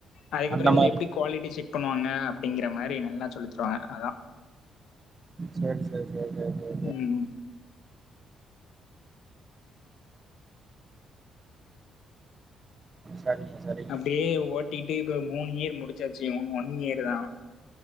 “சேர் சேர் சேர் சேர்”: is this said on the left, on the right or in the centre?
Right